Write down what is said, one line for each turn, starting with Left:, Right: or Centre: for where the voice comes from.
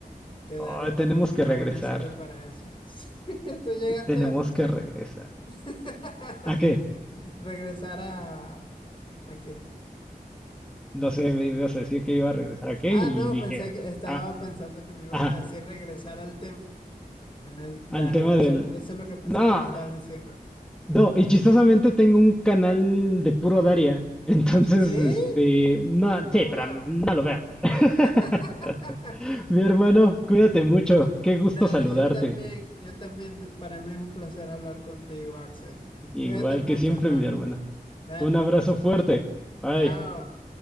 Left: Que Daria
Centre: Oh,
Left: también
Centre: tenemos
Left: fue
Centre: que
Left: una
Centre: regresar.
Left: buena serie para eso. <laughs> Sí, Tú llegaste
Centre: Tenemos
Left: a
Centre: que regresar.
Left: <laughs> re-
Centre: ¿A qué?
Left: regresar a... ¿A qué?
Centre: No sé, me ibas a decir que iba a regresar a qué
Left: Ah,
Centre: y
Left: no,
Centre: dije
Left: pensé
Centre: a
Left: que
Centre: qué.
Left: estaba
Centre: Ah,
Left: pensando que me ibas
Centre: ajá,
Left: a decir regresar al tema de Daria.
Centre: al tema
Left: Eso,
Centre: del...
Left: eso es lo que pensé
Centre: No,
Left: que me estabas diciendo.
Centre: No, y chistosamente tengo un canal de puro Daria. <laughs> Entonces,
Left: ¿Sí?
Centre: este, no,
Left: Oh,
Centre: sí,
Left: wow.
Centre: pero no lo veo. <laughs>
Left: <laughs>
Centre: Mi hermano, cuídate mucho. Qué gusto
Left: Dale,
Centre: saludarte.
Left: yo también, yo también, para mí es un placer hablar contigo, Axel.
Centre: Igual
Left: Cuídate mucho,
Centre: que siempre,
Left: hermano.
Centre: mi hermano.
Left: Dale,
Centre: Un abrazo fuerte. Bye.
Left: chao.